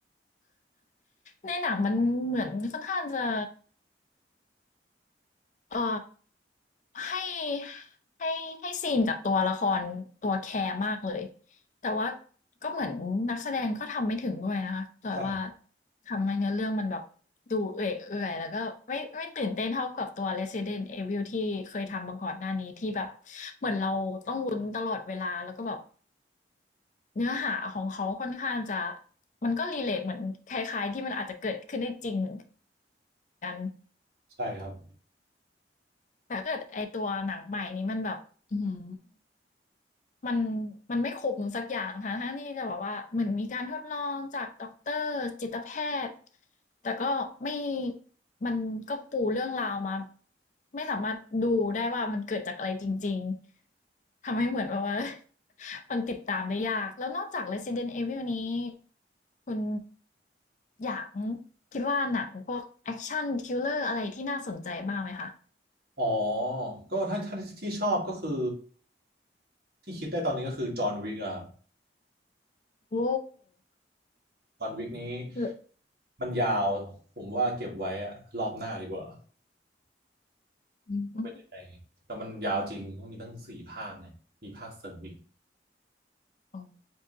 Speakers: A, on the left; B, on the right.
A: ในหนังมันเหมือนค่อนข้างจะ เอ่อให้ให้ให้ซีนกับตัวละครตัวแคร์มากเลยแต่ว่าก็เหมือนนักแสดงก็ทำไม่ถึงด้วยนะคะแต่ว่า
B: <laughs> ใช่
A: ทำให้เนื้อเรื่องมันแบบดูเอื่อยเอื่อยแล้วก็ไม่ไม่ตื่นเต้นเท่ากับตัว Resident Evil ที่เคยทำมาก่อนหน้านี้ที่แบบเหมือนเราต้องลุ้นตลอดเวลาแล้วก็แบบเนื้อหาของเขาค่อนข้างจะมันก็รีเลทเหมือนคล้ายๆที่มันอาจจะเกิดขึ้นได้จริงเหมือนกัน
B: ใช่ครับ
A: แต่ถ้าเกิดไอตัวหนังใหม่นี้มันแบบอือหือ มันมันไม่คุ้มสักอย่างค่ะทั้งที่จะแบบว่าเหมือนมีการทดลองจากด็อกเตอร์จิตแพทย์แต่ก็ไม่มันก็ปูเรื่องราวมาไม่สามารถดูได้ว่ามันเกิดจากอะไรจริงๆทำให้เหมือนแบบว่า <laughs> มันติดตามได้ยากแล้วนอกจาก Resident Evil นี้คุณอยากคิดว่าหนังพวกแอคชันทริลเลอร์อะไรที่น่าสนใจบ้างไหมคะ
B: อ๋อก็ถ้าถ้าที่ชอบก็คือที่คิดได้ตอนนี้ก็คือจอห์นวิกอะครับ
A: โอ้
B: จอห์นวิกนี้
A: คือ
B: มันยาว ผมว่าเก็บไว้อะรอบหน้าดีกว่า
A: ืม
B: ว่าเป็นยังไงแต่มันยาวจริงมันมีตั้งสี่ภาคเนี่ยมีภาคเสริมอีก
A: อ๋อ